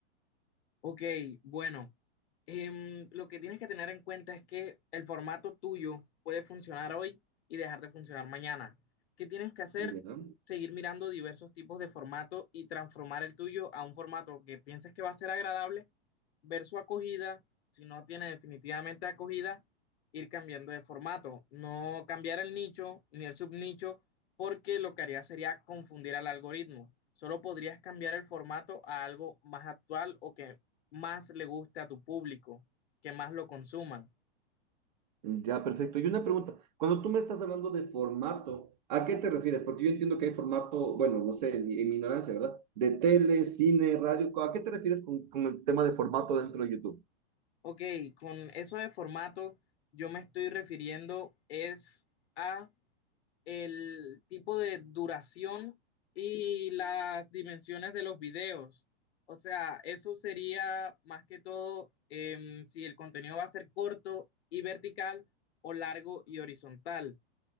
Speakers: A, on the left; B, on the right.
A: Ok, bueno, em, lo que tienes que tener en cuenta es que el formato tuyo puede funcionar hoy y dejar de funcionar mañana. ¿Qué tienes que hacer?
B: Ya,
A: Seguir mirando diversos tipos de formato y transformar el tuyo a un formato que pienses que va a ser agradable, ver su acogida, si no tiene definitivamente acogida, ir cambiando de formato, no cambiar el nicho ni el subnicho, porque lo que haría sería confundir al algoritmo. Solo podrías cambiar el formato a algo más actual o que más le guste a tu público, que más lo consuman.
B: ya perfecto. Y una pregunta. Cuando tú me estás hablando de formato, ¿a qué te refieres? Porque yo entiendo que hay formato, bueno, no sé, en, mi en mi ignorancia, ¿verdad? De tele, cine, radio. ¿A qué te refieres con, con el tema de formato dentro de YouTube?
A: Ok, con eso de formato yo me estoy refiriendo es a el tipo de duración y las dimensiones de los videos. O sea, eso sería más que todo em, si el contenido va a ser corto y vertical o largo y horizontal.